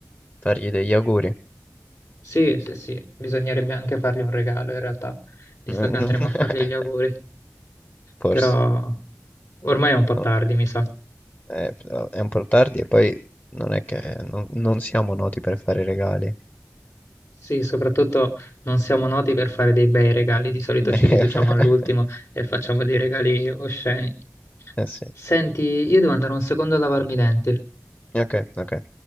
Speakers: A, on the left; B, on the left.
A: fargli degli auguri.
B: Sì, sì, sì, bisognerebbe anche fargli un regalo in realtà, visto
A: <laughs>
B: che andremo a fargli gli auguri,
A: Forse.
B: però ormai è un po'
A: non
B: tardi, mi sa.
A: Eh, però è un po' tardi e poi non è che non, non siamo noti per fare regali.
B: Sì, soprattutto non siamo noti per fare dei bei regali, di solito
A: <laughs>
B: ci riduciamo all'ultimo e facciamo dei regali osceni.
A: Eh sì,
B: Senti, io devo andare un secondo a lavarmi i denti.
A: ok, ok.